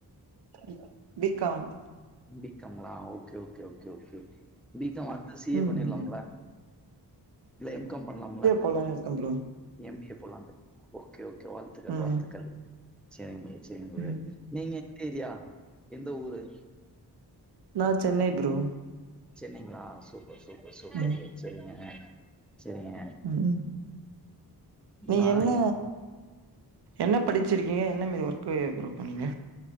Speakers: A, on the right (about 75°); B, in the centre.
A: B B com
B: B com ங்களா okay okay okay okay B com அடுத்து சி ஏ
A: ம்
B: பண்ணீர்லாம்ல
A: ம்
B: இல்ல எம் காம் பண்ணலாம்ல
A: போலான் இருக்கம் ப்ரோ
B: எம் பி ஏ போலமே ஓகே ஓகே வாழ்த்துக்கள்
A: ம்
B: வாழ்த்துக்கள் சேரிங் ப்ரோ சேரிங் ப்ரோ
A: ம்
B: நீங்க எந்த ஏரியா எந்த ஊரு
A: நா சென்னை ப்ரோ
B: சென்னைங்ளா சூப்பர் சூப்பர் சூப்பர்
A: ம்
B: ப்ரோ செரிங்க அ செரிங்க
A: ம் நீங்க
B: நா
A: என்ன
B: இங்க
A: என்ன படிச்சிருக்கீங்க என்ன மாரி ஒர்க்கு ப்ரோ போனீங்க